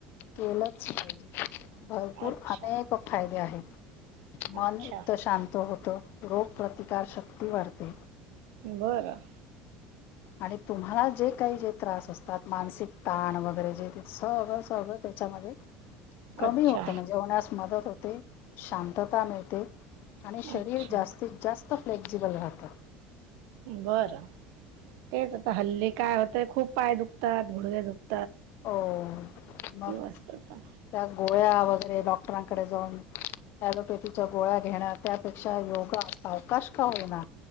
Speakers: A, on the left (about 60°); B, on the right (about 70°).
A: केलंच पाहिजे भरपूर
B: अच्छा
A: अनेक फायदे आहेत मन
B: अच्छा
A: एकत शांत होत रोग प्रतिकार शक्ती वाढते
B: बरं
A: आणि तुम्हाला जे काही जे त्रास असतात मानसिक ताण वगैरे जे सगळं सगळं त्याच्यामध्ये कमी
B: अच्छा
A: होत म्हणजे <inaudible> मदत होते शांतता मिळते आणि शरीर
B: अच्छा
A: जास्तीत जास्त फ्लेक्झिबल राहता
B: बरं -तेच आता हल्ली काय होते ते खूप पाय दुखतायत गुडघे दुखतायत
A: हो- मग-
B: असतं असं
A: त्या गोळ्या वगैरे <inaudible> डॉक्टरांकडे जाऊन ऍलोपॅथीच्या गोळ्या घेणार त्यापेक्षा योगा सावकाश का होईना